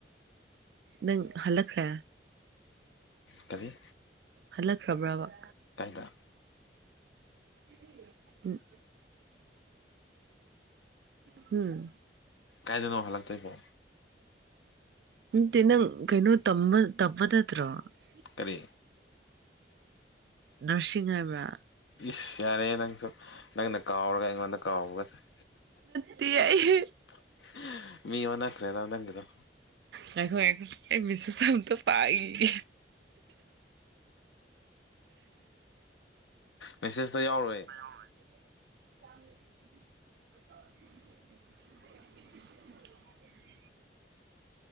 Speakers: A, on the right; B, on the left.
A: ꯅꯪ ꯍꯜꯂꯛꯈ꯭ꯔꯦ
B: ꯀꯔꯤ
A: ꯍꯜꯂꯛꯈ꯭ꯔꯕ꯭ꯔꯕ
B: ꯀꯥꯏꯗ
A: <unintelligible> ꯎꯝ ꯍꯝ
B: ꯀꯥꯏꯗꯅꯣ ꯍꯟꯂꯥꯛ ꯇꯣꯏꯕꯣ
A: ꯃ ꯏ ꯅꯪ ꯀꯩꯅꯣ ꯇꯝꯕ <unintelligible>
B: ꯀꯔꯤ
A: ꯅꯔꯁꯤꯡ ꯍꯥꯏꯕ꯭ꯔꯥ
B: ꯏꯁ ꯌꯥꯔꯦ ꯅꯪꯁꯨ ꯅꯪꯅ ꯀꯥꯎꯔꯒ ꯑꯩꯉꯣꯟꯗ ꯀꯥꯎꯕꯒ <unintelligible>
A: ꯇꯦ <unintelligible>
B: <unintelligible> ꯃꯤ ꯑꯣꯟꯅꯈꯔꯦꯗ ꯅꯪꯒꯤ ꯗꯣ
A: ꯉꯥꯏꯈꯣ ꯉꯥꯏꯈꯣ ꯑꯩ ꯃꯦꯁꯦꯁ ꯑꯝꯇ ꯄꯥꯒꯤꯒꯦ
B: ꯃꯦꯁꯦꯖꯇ ꯌꯥꯎꯔꯣꯏ
A: <unintelligible> <unintelligible>